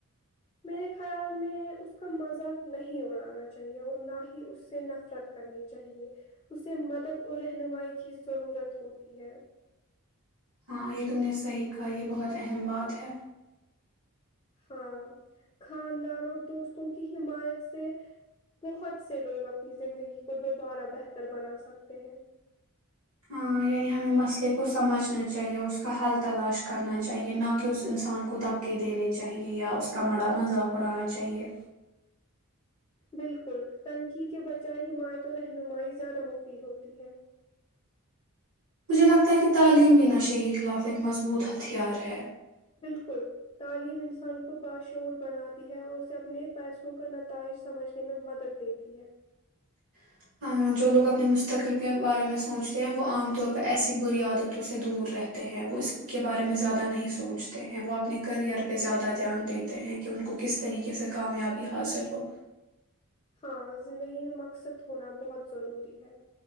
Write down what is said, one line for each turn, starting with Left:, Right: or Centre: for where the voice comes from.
Left: میرے خیال میں اس کا مزہ نہیں اڑانا چاہیے اور نہ ہی اس سے نفرت کرنی چاہیے اسے مدد اور رہنمائی کی ضرورت ہوتی ہے
Right: ہاں یہ تم نے صحیح کہا یہ بہت اہم بات ہے
Left: ہاں خاندان اور دوستوں کی حمایت سے بہت سے لوگ اپنی زندگی کو دوبارہ بہتر بنا سکتے ہیں
Right: ہاں، یعنی ہمیں مسئلے کو سمجھنا چاہیے اور اس کا حل تلاش کرنا چاہیے، نہ کہ اس انسان کو دھکے دینے چاہئیں یا اس کا مذاق اڑانا چاہیے۔
Left: بالکل تنقید کے بجائے حمایت و رہنمائی زیادہ مفید ہوتی ہے
Right: مجھے لگتا ہے کہ تعلیم بھی نشے کے خلاف ایک مضبوط ہتھیار ہے
Left: بلاشبہ، تعلیم صرف انسان کو بہتر بناتی ہے۔ اس سے اسے اپنے پیسے کی قدر سمجھنے میں مدد ملتی ہے۔
Right: <unintelligible>
Left: ہاں زندگی میں مقصد ہونا بہت ضروری ہے